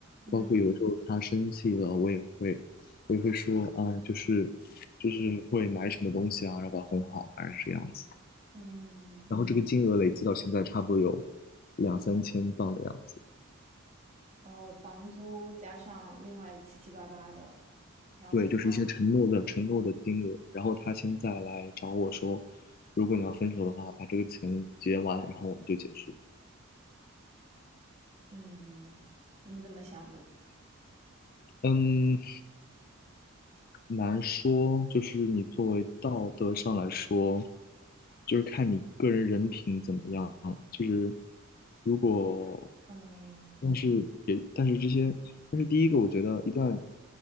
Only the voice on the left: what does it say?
包括有的时候他生气了，我也会我也会说啊，就是就是会买什么东西啊，然后把他哄好，大概是这个样子。
然后这个金额累计到现在差不多有两三千镑的样子。
对，就是一些承诺的承诺的金额，然后他现在来找我说，如果你要分手的话，把这个钱结完，然后我们就结束。
嗯，难说，就是你作为道德上来说，就是看你个人人品怎么样了。就是如果，
但是也，但是这些，
但是第一个，我觉得一段